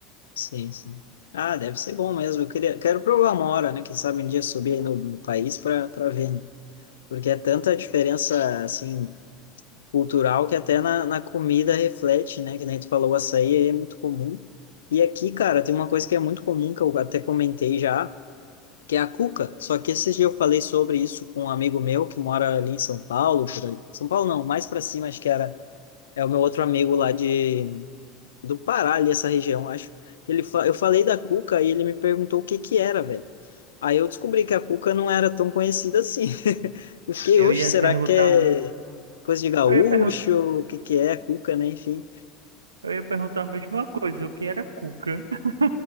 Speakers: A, on the left (about 75°); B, on the right (about 85°).
A: Sim, sim. Ah, deve ser bom mesmo. Eu queria, quero provar uma hora, né? Quem sabe um dia subir aí no, no país para para ver, né? Porque é tanta diferença, assim, cultural que até na, na comida reflete, né? Que nem tu falou, o açaí aí é muito comum. E aqui, cara, tem uma coisa que é muito comum, que eu até comentei já, que é a cuca. Só que esses dias eu falei sobre isso com um amigo meu que mora ali em São Paulo, por ali. São Paulo não, mais pra cima, acho que era. É o meu outro amigo lá de, do Pará, ali, essa região, acho. Ele, fa- eu falei da cuca e ele me perguntou o que que era, velho. Aí eu descobri que a cuca não era tão conhecida assim. <laughs> Eu fiquei,
B: Eu
A: oxe,
B: ia
A: será
B: perguntar,
A: que é coisa de gaúcho?
B: eu ia perguntar,
A: O que que é cuca, né? Enfim.
B: eu ia perguntar a mesma coisa, o que era cuca? <laughs>